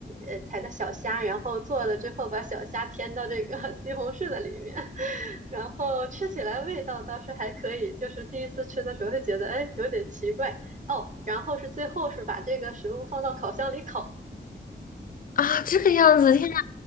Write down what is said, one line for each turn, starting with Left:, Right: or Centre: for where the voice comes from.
Right: 呃，采的小虾，然后做了之后把小虾添到这个 <laughs> 西红柿的里面，然后吃起来味道倒是还可以，就是第一次吃的时候会觉得哎有点奇怪哦，然后是最后是把这个食物放到烤箱里烤，
Left: 啊这个样子，天呐，